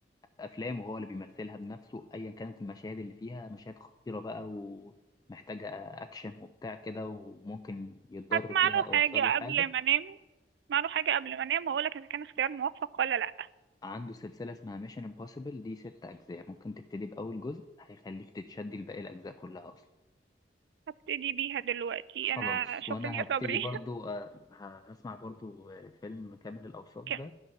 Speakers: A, on the left (about 20°); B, on the right (about 75°).
A: افلام وهو اللي بيمثلها بنفسه ايا كانت المشاهد اللي فيها مشاهد خطيره بقى ومحتاجه اكشن وبتاع كده وممكن يتضر
B: هسمع
A: فيها
B: له
A: او
B: حاجة
A: يحصل له حاجه
B: قبل ما أنام هسمع له حاجة قبل ما أنام وأقولك إذا كان اختيار موفق ولا لأ
A: عنده سلسله اسمها ميشن امبوسيبل دي ست اجزاء ممكن تبتدي باول جزء هيخليك تتشدي لباقي الاجزاء كلها اصلا
B: هبتدي بيها دلوقتي
A: خلاص
B: أنا شكرا
A: وانا
B: يا
A: هبتدي
B: صبري
A: برضو آه، ه- هسمع برضو آه، فيلم كامل الاوصاف
B: <laughs> كان
A: ده